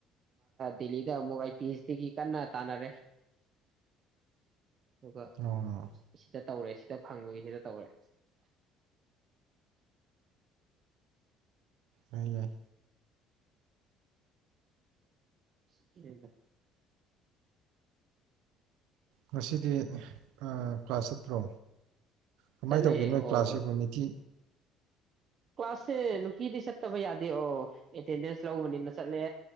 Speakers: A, on the right (about 40°); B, on the right (about 80°).
A: ꯗꯦꯜꯍꯤꯗ ꯑꯃꯨꯛ ꯑꯩ ꯄꯤ ꯑꯩꯆ ꯗꯤꯒꯤ ꯀꯟꯅ ꯇꯥꯅꯔꯦ ꯑꯗꯨꯒ
B: ꯎꯝ ꯑꯣ
A: ꯁꯤꯗ ꯇꯧꯔꯦ ꯁꯤꯗ ꯐꯪꯕꯒꯤ ꯁꯤꯗ ꯇꯧꯔꯦ
B: ꯌꯥꯏ ꯌꯥꯏ
A: ꯁ꯭ꯀꯦꯟꯗ
B: ꯉꯁꯤꯗꯤ ꯑ ꯀ꯭ꯂꯥꯁ ꯆꯠꯇ꯭ꯔꯣ ꯀꯃꯥꯏꯅ
A: ꯆꯠꯂꯦ
B: ꯇꯧꯒꯦ ꯅꯣꯏ
A: ꯑꯣ
B: ꯀ꯭ꯂꯥꯁꯁꯤꯕꯨ ꯅꯨꯡꯇꯤ
A: ꯀ꯭ꯂꯥꯁꯁꯦ ꯅꯨꯡꯇꯤꯗꯤ ꯆꯠꯇꯕ ꯌꯥꯗꯦ ꯑꯣ ꯑꯦꯇꯦꯟꯗꯦꯟꯁ ꯂꯧꯕꯅꯤꯅ ꯆꯠꯂꯦ